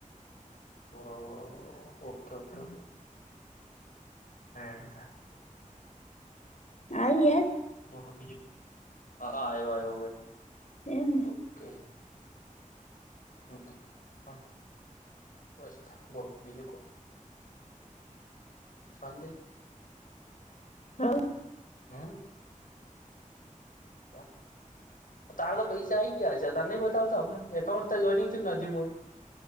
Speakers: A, on the left; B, on the left.
A: ઓવ ઓવ ઓવે ઓકે ઓકે હૈ.
B: આઈ યાદ?
A: બોલો બીજું હ હ આયો આયો અવે
B: એમને
A: ઓકે. હમ્મ હમ્મ બસ બીજું કો. શોન્તિ?
B: હવ.
A: હમ્મ. એમ. તારે તો પૈસા આઈ ગયા હશે તને નઈ બતાવતા એકાઉન્ટ તો જોઈનિંગ ચેમ ન થયું હ?